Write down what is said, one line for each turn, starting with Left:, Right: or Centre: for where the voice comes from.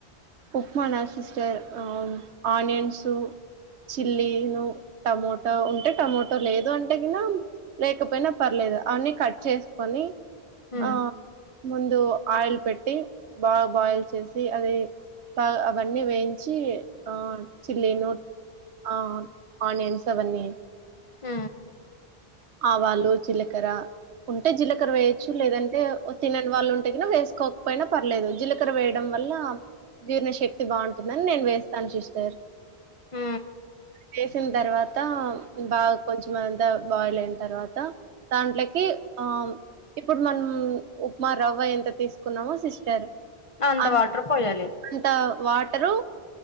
Right: ఉప్మానా సిస్టర్ ఆనియన్స్ చిల్లీను టమోటో ఉంటే టమోటో లేదు అంటే గిన లేకపోయినా పర్లేదు అవన్నీ కట్ చేసుకొని
Left: ఉమ్
Right: ఆ ముందు ఆయిల్ పెట్టి బాగా బాయిల్ చేసి అది అవన్నీ వేయించి ఆ చిల్లీ నూ ఆ ఆనియన్స్ అవన్నీ
Left: ఊ
Right: ఆవాలు జీలకర్ర ఉంటే జీలకర్ర వేయొచ్చు లేదంటే తినని వాళ్ళు ఉంటే వేసుకోకపోయినా పర్లేదు జీలకర్ర వేయడం వల్ల జీర్ణ శక్తి బాగుంటుందని నేను వేస్తాను సిస్టర్
Left: ఊ
Right: చేసిన తర్వాత బాగా కొంచెం అంతా బాయిల్ అయిన తర్వాత దాంట్లోకి ఆ ప్పుడు మనం ఉప్మా రవ్వ ఎంత తీసుకున్నామో సిస్టర్
Left: అంత
Right: అం
Left: వాటర్ పోయాలి
Right: అంత వాటరు